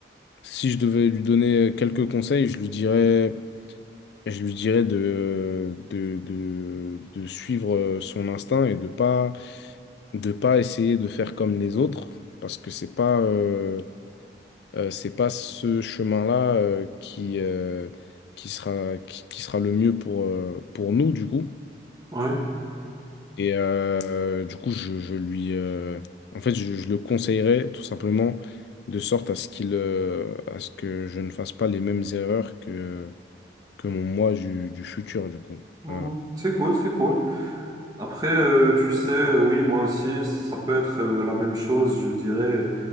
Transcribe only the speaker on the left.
si je devais lui donner quelques conseils, je lui dirais, je lui dirais de, de, de, de suivre euh, son instinct et de pas, de pas essayer de faire comme les autres, parce que c'est pas... euh, euh, c'est pas ce chemin-là euh, qui, euh, qui sera, qui, qui sera le mieux pour, euh, pour nous, du coup.
Et euh, du coup, je, je lui, euh, en fait, je, je le conseillerais tout simplement de sorte à ce qu'il, euh, à ce que je ne fasse pas les mêmes erreurs que, que mon moi du, du futur, du coup.
Voilà.